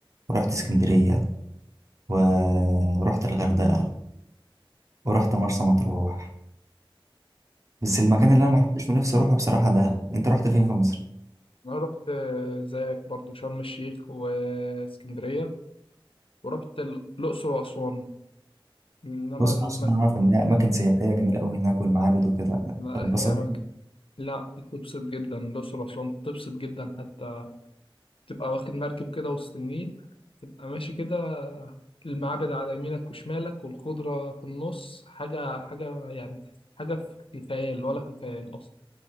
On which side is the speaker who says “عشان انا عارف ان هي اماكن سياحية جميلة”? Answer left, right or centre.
Right